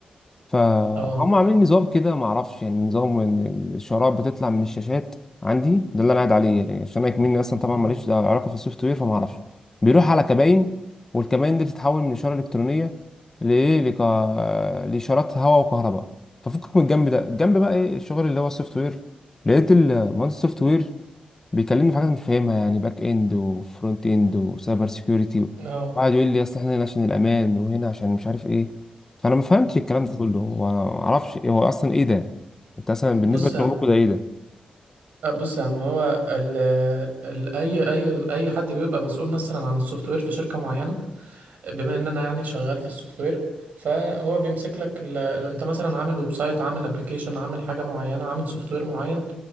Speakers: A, on the left; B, on the right.
A: فهم
B: اه
A: عاملين نظام كده ما اعرفش يعني نظام ان الشرائح بتطلع من الشاشات عندي ده اللي انا قاعد عليه يعني عشان انا كمني اصلا طبعا
B: مم.
A: ماليش دعوة- علاقه في السوفت وير فما اعرفش بيروح على كباين والكباين دي بتتحول من اشاره الكترونيه لايه لك... لاشارات هواء وكهرباء ففكك من الجنب ده الجنب بقى ايه الشغل اللي هو السوفت وير لقيت المهندس السوفت وير بيكلمني في حاجات مش فاهمها يعني باك اند وفرونت اند وسايبر سيكيورتي
B: اه
A: وقعد يقول لي اصل احنا هنا عشان الامان وهنا عشان مش عارف ايه فانا ما فهمتش الكلام ده كله وانا ما اعرفش ايه هو اصلا ايه ده انت اصلا
B: بص
A: بالنسبه
B: يا
A: لشغلكم
B: عم
A: ده ايه ده
B: آه، بص يا عم هو ال ال اي اي اي حد بيبقى مسؤول مثلا عن السوفت وير في شركه معينه بما ان انا يعني شغال في السوفت وير فهو بيمسك لك ال... انت مثلا عامل ويب سايت عامل ابلكيشن عامل حاجه معينه عامل سوفت وير معين